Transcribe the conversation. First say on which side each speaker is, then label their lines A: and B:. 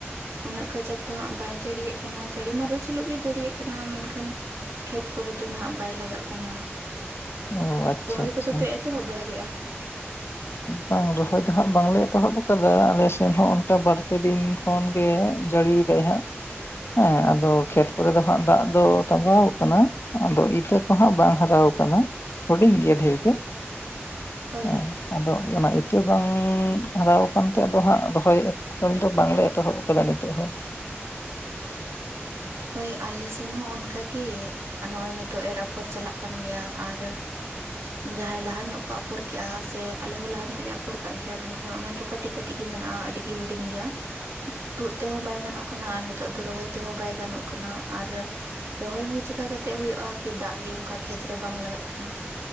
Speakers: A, on the right (about 85°); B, on the left (about 65°).
A: ᱩᱱᱟᱹᱜ ᱠᱟᱡᱟᱠ ᱫᱚ ᱦᱟᱸᱜ ᱵᱟᱭ ᱡᱟᱹᱲᱤᱭᱮᱜ ᱠᱟᱱᱟ ᱡᱟᱹᱲᱤ ᱢᱟ ᱨᱳᱡᱽ ᱦᱤᱞᱳᱜ ᱜᱮ ᱡᱟᱹᱲᱤᱭᱮᱜ ᱠᱟᱱᱟ ᱢᱮᱱᱠᱷᱟᱱ ᱠᱷᱮᱛ ᱠᱚᱨᱮ ᱫᱚ ᱱᱟᱦᱟᱜ ᱵᱟᱭ ᱞᱟᱜᱟᱜ ᱠᱟᱱᱟ
B: ᱚ ᱟᱪᱪᱷᱟ
A: ᱨᱚᱦᱚᱭ
B: ᱟᱪᱪᱷᱟ
A: ᱠᱚᱫᱚ ᱯᱮ ᱮᱛᱚᱦᱚᱵ ᱵᱟᱲᱟ ᱠᱮᱫᱟ
B: ᱵᱟᱝ ᱨᱚᱦᱚᱭ ᱫᱚ ᱦᱜ ᱵᱟᱝᱞᱮ ᱮᱛᱚᱦᱚᱵ ᱟᱠᱟᱫᱟ ᱟᱞᱮᱥᱮᱱ ᱦᱚᱸ ᱚᱱᱠᱟ ᱵᱟᱨ ᱯᱮ ᱫᱤᱱ ᱯᱷᱳᱱ ᱜᱮ ᱡᱟᱹᱲᱤᱭᱮᱫᱟᱭ ᱦᱟᱸᱜ ᱦᱮᱸ ᱟᱫᱚ ᱠᱷᱮᱛ ᱠᱚᱨᱮ ᱫᱚ ᱦᱜ ᱫᱟᱜ ᱫᱚ ᱛᱟᱸᱵᱟᱣ ᱟᱠᱟᱱᱟ ᱟᱫᱚ ᱤᱛᱟᱹ ᱠᱚᱦᱜ ᱵᱟᱝ ᱦᱟᱨᱟ ᱠᱟᱱᱟ ᱦᱩᱰᱤᱧ ᱜᱮᱭᱟ ᱰᱷᱮᱨ ᱜᱮ
A: ᱦᱳᱭ
B: ᱦᱮᱸ ᱟᱫᱚ ᱚᱱᱟ ᱤᱛᱟᱹ ᱵᱟᱝ ᱦᱟᱨᱟ ᱟᱠᱟᱱ ᱛᱮ ᱟᱫᱚ ᱦᱟᱸᱜ ᱨᱚᱦᱚᱭᱼᱼ ᱠᱟᱹᱢᱤ ᱫᱚ ᱵᱟᱝ ᱞᱮ ᱮᱛᱚᱦᱚᱵ ᱟᱠᱟᱫᱟ ᱱᱤᱛᱚᱜ ᱦᱚᱸ᱾
A: ᱦᱳᱭ ᱟᱞᱮ ᱥᱮᱱ ᱦᱚᱸ ᱚᱱᱠᱟ ᱜᱤ ᱱᱚᱜ-ᱚᱭ ᱱᱤᱛᱚᱜ ᱮᱨ ᱟᱯᱷᱚᱨ ᱪᱟᱞᱟᱜ ᱠᱟᱱ ᱜᱮᱭᱟ, ᱟᱨᱼᱼ ᱡᱟᱦᱟᱸ ᱞᱟᱦᱟ ᱧᱚᱜ ᱠᱚ ᱟᱯᱷᱚᱨ ᱠᱮᱜ-ᱟ, ᱥᱮ ᱟᱞᱮ ᱦᱚᱸ ᱞᱟᱦᱟ ᱧᱚᱜ ᱞᱮ ᱟᱯᱷᱚᱨ ᱠᱟᱜ ᱜᱮᱭᱟ ᱢᱮᱱ ᱠᱷᱟᱱ ᱚᱱᱟ ᱫᱚᱼᱼ ᱠᱟᱹᱴᱤᱡ ᱠᱟᱹᱴᱤᱡ ᱜᱮ ᱢᱮᱱᱟᱜ-ᱟ ᱟᱹᱰᱤ ᱜᱮ ᱦᱩᱰᱤᱧ ᱜᱮᱭᱟ᱾
B: <inaudible>
A: ᱛᱩᱫ ᱛᱮᱦᱚᱸ ᱵᱟᱭ ᱜᱟᱱᱚᱜ ᱠᱟᱱᱟ ᱟᱨ ᱱᱤᱛᱚᱜ ᱫᱚ ᱨᱚᱦᱚᱭ ᱛᱮᱦᱚᱸ ᱵᱟᱭ ᱜᱟᱱᱚᱜ ᱠᱟᱱᱟ ᱟᱨᱼᱼ ᱨᱚᱦᱚᱭ ᱦᱚᱸ ᱪᱮᱠᱟ ᱠᱟᱛᱮᱜ ᱦᱚᱭᱚᱜ-ᱟ ᱠᱤ ᱫᱟᱜ ᱜᱮ ᱚᱱᱠᱟ ᱠᱷᱮᱛ ᱨᱮ ᱵᱟᱝ ᱞᱟᱜᱟᱜ ᱠᱟᱱᱟ᱾